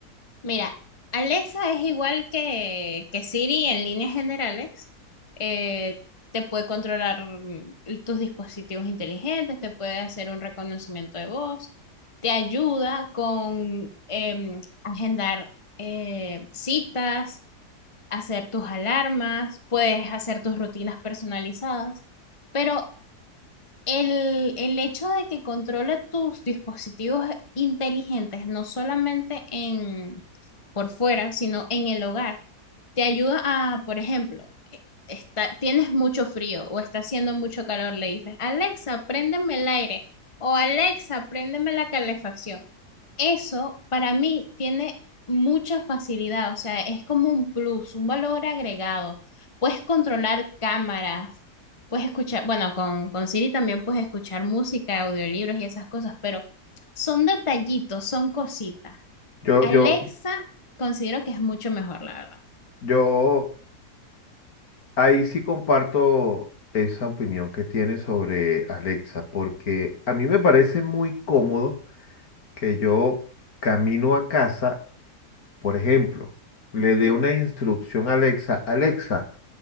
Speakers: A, on the left; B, on the left.
A: Mira, Alexa es igual que, que Siri en líneas generales. Eh, te puede controlar mm, tus dispositivos inteligentes, te puede hacer un reconocimiento de voz, te ayuda con em, agendar eh, citas hacer tus alarmas, puedes hacer tus rutinas personalizadas, pero el, el hecho de que controle tus dispositivos inteligentes, no solamente en, por fuera, sino en el hogar, te ayuda a, por ejemplo, e, está, tienes mucho frío o está haciendo mucho calor, le dices, Alexa, préndeme el aire o Alexa, préndeme la calefacción. Eso para mí tiene mucha facilidad, o sea, es como un plus, un valor agregado. Puedes controlar cámaras, puedes escuchar, bueno, con, con Siri también puedes escuchar música, audiolibros y esas cosas, pero son detallitos, son cositas.
B: Yo,
A: Alexa
B: yo,
A: considero que es mucho mejor, la verdad.
B: Yo ahí sí comparto esa opinión que tiene sobre Alexa, porque a mí me parece muy cómodo que yo camino a casa, por ejemplo, le
A: Ujú.
B: dé una instrucción a Alexa, Alexa,